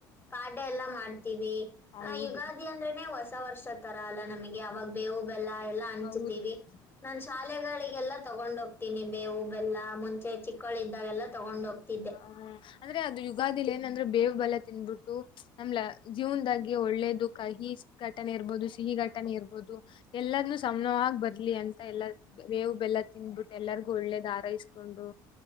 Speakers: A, on the left; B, on the left.
A: ಪಾಡ್ಯ ಎಲ್ಲಾ ಮಾಡ ಮಾಡ್ತೀವಿ
B: ಹೌದು
A: ಯುಗಾದಿ ಅಂದ್ರೆನೆ ಹೊಸ ವರ್ಷ ತರ ಅಲ್ಲ ನಮಗೆ ಅವಾಗ ಬೇವು ಬೆಲ್ಲ ಎಲ್ಲಾ ಹಂಚ
B: <unintelligible>
A: ನಾನ್ ಶಾಲೆಗಳಿಗೆಲ್ಲಾ ತಗೊಂಡ ಹೋಗ್ತೀನಿ ಬೇವು ಬೆಲ್ಲ ಮುಂ ಚೆ ಚಿಕ್ಕಳ ಇದ್ದಾವೆಲ್ಲ ತಗೊಂಡ ಹೋಗ್ತಿದ್ದೆ
B: ಹ್ಮ್ ಅಂದ್ರೆ ಅದು ಯುಗಾದಿಲಿ ಏನಂದ್ರೆ ಬೇವು ಬೆಲ್ಲ ತಿನ್ಬಿಟ್ಟು ನಮ್ಲ ಜೀವನದಾಗಿ ಒಳ್ಳೇದ ಕಹಿ ಘಟನೆ ಇರ್ಬಹುದು ಸಿಹಿ ಘಟನೆ ಇರ್ಬಹುದು ಎಲ್ಲದನ್ನುೂ ಸಮನವಾಗಿ ಬರ್ಲಿ ಅಂತ ಎಲ್ಲ ಬೇವು ಬೆಲ್ಲ ತಿಿಂದಬಿಟ್ಟು ಒಳ್ಳೆ ಹಾರೈಸಿಕೊಂಡೂ